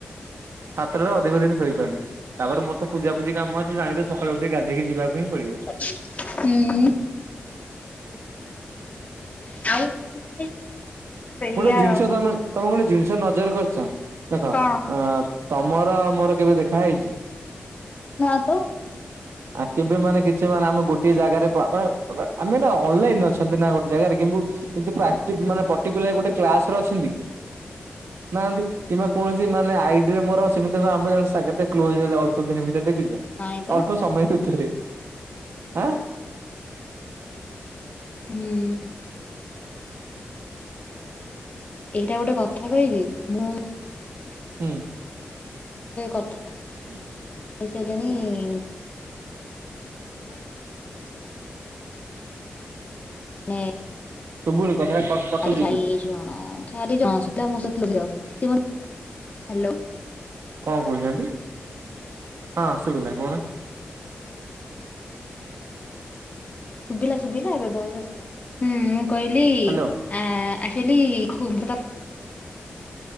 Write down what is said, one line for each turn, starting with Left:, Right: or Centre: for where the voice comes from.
Right: ସାତଟରୁ ଅଧିକ ଦିନି ଶୋଇପାରୁନି ତାପ ମୋତେ ପୂଜାୂୁଜି କାମ ଅଛି ଜାଣି ସକାଳୁ ଉଠି ଗାଧୋଇକି ଯିବାକୁ ହିଁ ପଡ଼ିବ।
Left: ଉଁ ଆଉ <unintelligible> ସେଇଆ
Right: ଗୋଟେ ଜିନିଷ ତମେ ତମେ ଗୋଟେ ଜିନିଷ ନଜର କରିଛ ଦେଖ
Left: କଣ?
Right: ଏଁ ତମର ମୋର କେବେ ଦେଖା ହେଇଛି?
Left: ନାଁ ତ।
Right: <inaudible> ଆ କେବେ ମାନେ କିଛି ମାନେ ଆମେ ଗୋଟେ ଜାଗାରେ ମାନେ ଆମେ ଅନଲାଇନି ଅଛନ୍ତି ନା ଗୋଟେ ଜାଗାରେ କିନ୍ତୁ ଆକ୍ଟିଭ ମାନେ ପଟିକୁଲାର ଗୋଟେ କ୍ଲାସ ରେ ଅଛନ୍ତି କି? ନାହାନ୍ତି? କିମ୍ବା କୌଣସି ମାନେ ଆଇଡ଼ି ମୋର ସେମିତି ଆମେ ସଂଘାତିକ କ୍ଲୋଜ୍ ଅଳ୍ପ ଦିନ ଭିତରେ ଦେଖିଛ।
Left: ନାଇଁ ତ
Right: ଅଳପ ସମୟ ଭିତରେ ଆଁ।
Left: ହୁଁ ଉଁ ଏଇଟା ଗୋଟେ କଥା କହିବି, ମୁଁ
Right: ହୁଁ
Left: କଥା?
Right: ହୁଁ
Left: <unintelligible> <unintelligible>
Right: ଶୁଭୁନି କଥାଟା କ କଟୁଛି
Left: ଚାରି
Right: ଟିକେ।
Left: ଜଣ ସୁଧା ମୋ ସହିିତ <unintelligible>
Right: କଣ କହୁଛନ୍ତି? ହଁ ଶୁବିଲା କହୁନ?
Left: ଶୁଭିଲା ଶୁଭିଲା ଏବେ ବୟସ ଆସିଲା, ହୁଁ ମୁଁ କହିଲି।
Right: ହ୍ୟାଲୋ
Left: ଆ ଆକ୍ଚୁଆଲି ଖ <inaudible>